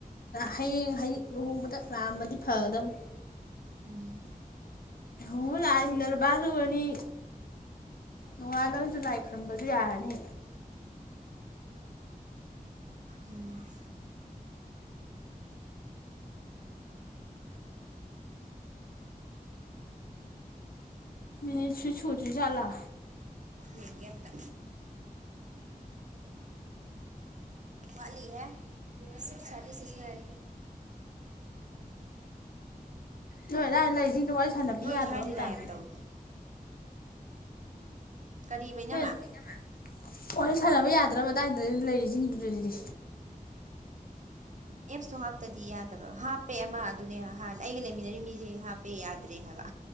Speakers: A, on the left; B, on the right.
A: ꯍꯌꯦꯡ ꯂꯨꯍꯣꯡꯕꯗ ꯂꯥꯛꯑꯝꯃꯗꯤ ꯐꯒꯗꯝꯕꯅꯤ
B: ꯎꯝ
A: ꯅꯣꯡꯉꯣꯟ ꯂꯥꯏꯑꯗꯤ ꯃꯤꯅꯔꯕꯁꯨ ꯎꯔꯅꯤ ꯅꯣꯡꯉꯥꯜꯂꯁꯨ ꯂꯥꯏ ꯈꯨꯔꯝꯕꯁꯨ ꯌꯥꯔꯅꯤ
B: ꯎꯝ
A: ꯅꯤꯠꯁꯨ ꯁꯨꯗꯔꯤꯖꯥꯠ ꯂꯥ
B: ꯌꯦꯡꯒꯦ ꯑꯝꯇꯥ ꯋꯥꯠꯂꯤ ꯍꯥꯏ ꯁꯤꯛꯁ ꯊꯥꯔꯇꯤ ꯁꯤꯁ ꯉꯥꯏ
A: ꯅꯣꯏ ꯑꯗꯥꯏ ꯂꯩꯔꯤꯁꯤꯡꯗꯣ ꯋꯥꯔꯤ ꯁꯥꯟꯅꯕꯤ
B: ꯅꯣꯏ
A: ꯌꯥꯗ꯭ꯔꯣ
B: ꯁꯥꯏ
A: ꯑꯝꯇ
B: ꯂꯤꯂꯥ ꯑꯃ ꯇꯧꯋꯤ ꯀꯔꯤꯕ ꯏꯅꯝꯃ
A: <unintelligible> ꯏꯅꯝꯃꯥ ꯋꯥꯔꯤ ꯁꯥꯟꯅꯕ ꯌꯥꯗ꯭ꯔꯕ ꯑꯗꯥꯏꯗꯥ ꯂꯩꯔꯤ ꯁꯤꯡꯗꯨꯗꯗꯤ?
B: ꯑꯦꯞꯁꯇꯣ ꯍꯥꯞꯇꯗꯤ ꯌꯥꯗꯕ ꯍꯥꯞꯄꯦ ꯑꯃ ꯑꯗꯨꯅꯦ ꯍꯥ ꯍꯥ ꯑꯩꯒ ꯂꯩꯃꯤꯟꯅꯔꯤ ꯃꯤꯁꯦ ꯍꯥꯞꯄꯦ ꯌꯥꯗ꯭ꯔꯦ ꯍꯥꯏꯕ